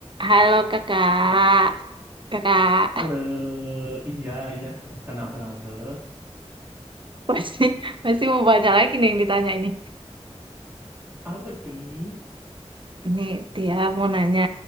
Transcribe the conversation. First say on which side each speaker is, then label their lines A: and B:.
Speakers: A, on the right; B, on the right.
A: Halo kakak, kakak
B: Halo, iya iya kenal kenal tuh.
A: <laughs> masih masih mau banyak lagi nih yang ditanya ini.
B: Apa tuh?
A: Ini Tia mau nanya,